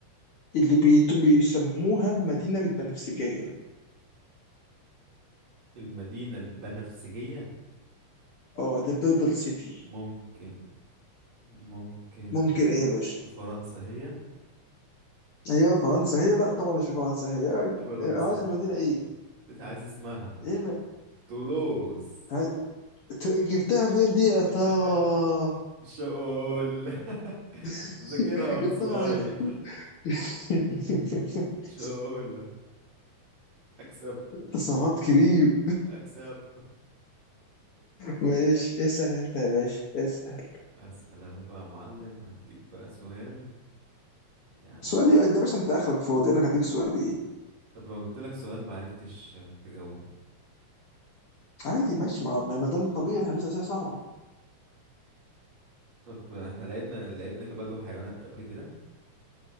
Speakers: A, on the left; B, on the right.
A: اللي بيت- بيسموها المدينة البنفسجية
B: المدينة البنفسجية
A: اه ذا بيربل سيتي
B: ممكن ممكن
A: ممكن ايه يا باشا
B: في فرنسا هي
A: هي فرنسا هي لا طبعا مش فرنسا هي
B: <laughs> فرنسا
A: أنا عايز المدينة ايه
B: انت عايز اسمها
A: ايه الم...
B: تولوز
A: ها- ت- جبتها منين دي يا ترى
B: <laughs> مش هقول لك <laughs>
A: <laughs>
B: مذاكرها وانا
A: يا
B: صغير
A: ترى عرفت <laughs>
B: <laughs> مش هقول لك اكسب
A: تصرفات كبير
B: اكسب
A: ماشي اسأل انت يا باشا اسأل
B: اسال انا بقى يا معلم هديك بقى سؤال يعني
A: سؤالي ده يا باشا انت اخرك فاضي انا هديك سؤالي
B: طب لو جبت لك سؤال ما عرفتش تجاوبه
A: عادي ماشي ما ما ما ده الطبيعي احنا بنسال اسئله صعبه
B: طب احنا لعبنا لعبنا جماد وحيوانات قبل كده